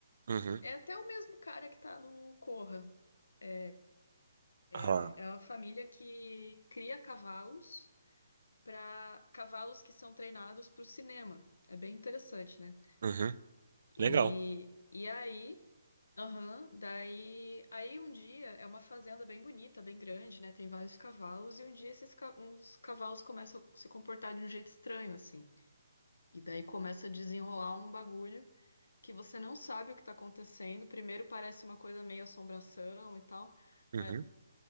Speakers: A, on the right; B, on the left.
A: Uhum.
B: É até o mesmo cara que tá no Corra. É, é
A: Ah.
B: é uma família que cria cavalos. para cavalos que são treinados para o cinema. É bem interessante, né?
A: Uhum.
B: E,
A: Legal.
B: e aí, aham, daí, aí um dia é uma fazenda bem bonita, bem grande, né? Tem vários cavalos e um dia esses ca- uns cavalos começam a se comportar de um jeito estranho assim. E daí começa a desenrolar um bagulho que você não sabe o que está acontecendo. Primeiro parece uma coisa meio assombração e tal.
A: Uhum.
B: mas